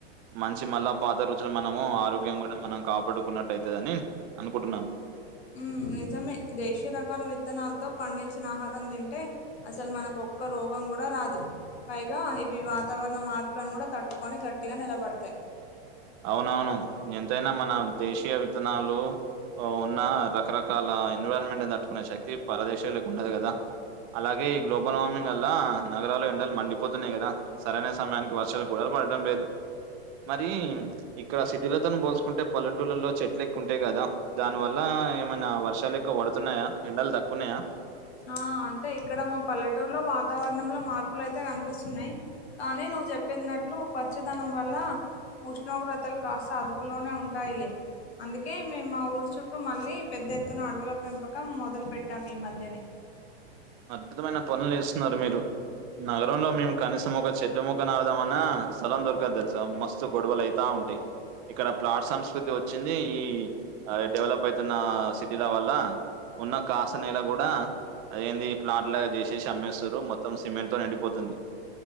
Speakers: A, on the right (about 35°); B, on the left (about 75°).
A: మంచి మళ్ళా పాత రుచులు మనము ఆరోగ్యం కూడా మనకు కాపాడుకున్నట్టు అయితుదని అనుకుంటున్నాను
B: ఉ నిజమే దేశీయ రకాల విత్తనాలతో పండించిన ఆహారం తింటే అసలు మనకు ఒక్క రోగం కూడా రాదు పైగా ఇవి వాతావరణ మార్పులను కూడా తట్టుకొని గట్టిగా నిలబడతాయి
A: అవునవును ఎంతైనా మన దేశీయ విత్తనాలు ఉన్న రకరకాల ఎన్విరాన్మెంట్ దట్టుుకునే శక్తి పరదేశాలకి ఉండదు కదా అలాగే ఈ గ్లోబల్ వార్మింగ్ వల్ల నగరాలు ఎండలు మండిపోతున్నాయి కదా సరైన సమయానికి వర్షాలు కూ పడతయి లేదు మరి ఇక్కడ సిటీళ్లతోను పోల్సుకుంటే పల్లెటూళ్లలో చెట్లు ఎక్కు ఉంటాయి కదా దాని వల్ల ఏమైనా వర్షాలు ఎక్కువ పడుతున్నాయా ఎండలు తక్కున్నాయా
B: ఆ అంటే ఇక్కడ మా పల్లెటూరులో వాతావరణంలో మార్పులు అయితే కనిపిస్తున్నాయి కానీ నువ్ నువ్ చెప్పినట్లు పచ్చదనం వల్ల ఉష్ణోగ్రతలు కాస్త అదుపులోనే ఉంటాయిలే అందుకే మేము మా ఊరి చుట్టూ మళ్ళీ పెద్ద ఎత్తున అడవుల పెంపకం మొదలు పెట్టాం ఈ మధ్యనే
A: అద్భుతమైన పనులు చేస్తున్నారు మీరు నగరంలో మేము కనీసం ఒక చెట్టు మొక్క నాటదామన స్థలం దొరకదు తెలుసా మస్తు గొడవలు అతాం ఉంటాయి ఇక్కడ ప్లాట్ఫామ్స్ ప్రకృతి వచ్చింది ఈ ఆ డెవలప్ అవుతున్న సిటీల వల్ల ఉన్న కాస్త నెలా కూడా ఏంది ప్లాంట్ లాగా చేససి ఆమ్మేశ్వరు మొత్తం సిమెంట్ తో నిండిపోతుంది